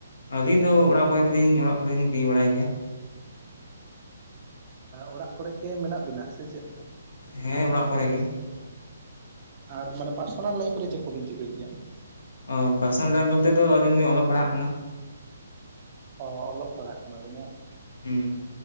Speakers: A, on the left (about 70°); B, on the right (about 35°).
A: ᱟᱹᱞᱤᱧ ᱫᱚ ᱚᱲᱟᱜ ᱠᱚᱨᱮ ᱜᱮᱞᱤᱧ ᱚᱲᱟᱜ ᱠᱚᱞᱤᱧ ᱠᱤᱫᱤᱧ ᱵᱟᱲᱟᱭ ᱜᱮᱭᱟ ᱾
B: ᱚᱲᱟᱜ ᱠᱚᱨᱮ ᱜᱮ ᱢᱮᱱᱟᱜ ᱵᱤᱱᱟ ᱥᱮ ᱪᱮᱫᱞ ᱞᱮᱠᱟ?
A: ᱦᱮᱸ ᱚᱲᱟᱜ ᱠᱚᱨᱮ ᱜᱮ
B: ᱟᱨ ᱢᱟᱱᱮ ᱯᱟᱨᱥᱳᱱᱟᱞ ᱞᱟᱭᱤᱯᱷ ᱨᱮ ᱪᱮᱫ ᱠᱚᱵᱤᱱ ᱪᱤᱠᱟᱹᱭ ᱜᱮᱭᱟ?
A: ᱚ ᱯᱟᱨᱥᱚᱱᱟᱞ ᱞᱟᱭᱤᱯ ᱵᱚᱞᱛᱮ ᱫᱚ ᱟᱹᱞᱤᱧ ᱫᱚ ᱞᱧ ᱚᱞᱚᱜ ᱯᱟᱲᱦᱟᱜ ᱠᱟᱱᱟ ᱾
B: ᱚ ᱚᱞᱚᱜ ᱯᱟᱲᱦᱟᱜ ᱠᱟᱱᱟᱵᱱᱟ
A: ᱦᱩᱸ